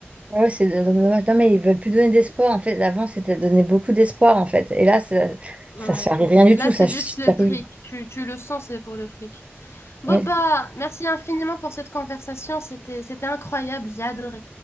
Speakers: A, on the right; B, on the left.
A: Ouais, c'est dommage. Non, mais ils veulent plus donner d'espoir. En fait, avant, c'était donner beaucoup d'espoir, en fait. Et là, ça, ça
B: Ouais.
A: charrie rien du
B: Là,
A: tout. Ça
B: c'est
A: charrie.
B: juste le fric. Tu, tu le sens, c'est pour le fric. Boba,
A: Oui,
B: merci infiniment pour cette conversation. C'était, c'était incroyable. J'ai adoré.